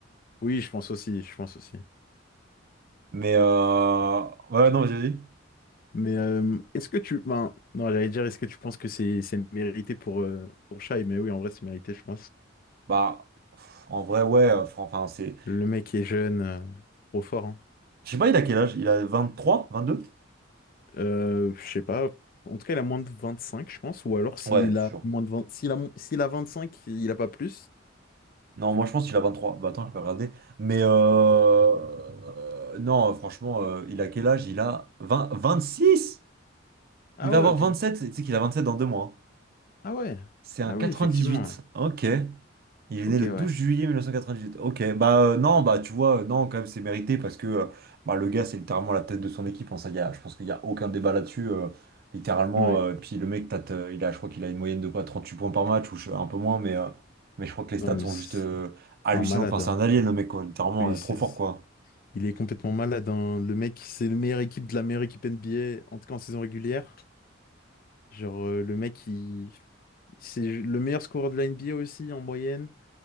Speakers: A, on the left (about 50°); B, on the right (about 50°).
A: Oui, je pense aussi, je pense aussi.
B: Mais euh... ouais, non, vas-y, vas-y.
A: Mais euh, est-ce que tu... Ben, non, j'allais dire, est-ce que tu penses que c'est c'est mérité pour, euh, pour Shai? Mais oui, en vrai, c'est mérité, je pense.
B: Bah, pff, en vrai, ouais, euh, fran- enfin, c'est.
A: Le mec est jeune, euh, trop fort. hein.
B: Je sais pas, il a quel âge? Il a vingt trois vingt deux
A: Euh, je sais pas. En tout cas, il a moins de 25 je pense. Ou alors, s'il
B: Ouais, sûr.
A: a moins de vingt s'il a, mo- s'il a vingt cinq il a pas plus.
B: Non, moi je pense qu'il a vingt trois Bah attends, je vais regarder. Mais euh... euh, non, euh, franchement, euh, il a quel âge? Il a vingt vingt six
A: Ah
B: Il va
A: ouais,
B: avoir
A: ok.
B: vingt sept Tu sais qu'il a 27 dans deux mois. hein.
A: Ah ouais.
B: C'est un
A: Ah
B: quatre-vingt-dix-huit
A: oui, effectivement. ouais.
B: Ok. Il est
A: Ok,
B: né le 12
A: ouais.
B: juillet 1998. Ok, bah euh, non, bah tu vois, euh, non, quand même, c'est mérité parce que euh, bah, le gars, c'est littéralement la tête de son équipe. hein, ça, y a, je pense qu'il n'y a aucun débat là-dessus. euh, littéralement,
A: Ouais.
B: euh, puis le mec, t'as, t'as- il a, je crois qu'il a une moyenne de quoi, 38 points par match ou je- un peu moins, mais, euh, mais je crois que les
A: Non,
B: stats
A: mais
B: sont
A: c'est
B: juste euh, hallucinantes.
A: c'est un malade.
B: Enfin, c'est
A: hein.
B: un alien, le mec, quoi, littéralement,
A: Oui,
B: euh,
A: c'est...
B: trop fort, quoi.
A: Il est complètement malade. hein. Le mec, c'est le meilleur équipe de la meilleure équipe NBA, en tout cas en saison régulière. Genre, euh, le mec, il... C'est le meilleur scoreur de la NBA aussi en moyenne.